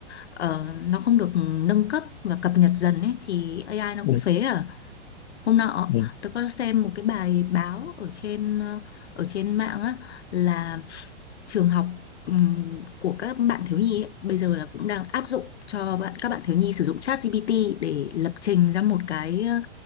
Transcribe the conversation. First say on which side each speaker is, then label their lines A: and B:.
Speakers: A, on the left (about 75°); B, on the left (about 30°).
A: ờ, nó không được nâng cấp và cập nhật dần ấy thì AI nó
B: ừ,
A: cũng phế à. Hôm nọ
B: ừ. ừ.
A: tôi có xem một cái bài báo ở trên ờ, ở trên mạng á là trường học ừm, của các bạn thiếu nhi ấy, bây giờ là cũng đang áp dụng cho bạn các bạn thiếu nhi sử dụng ChatGPT để lập trình ra một cái ờ,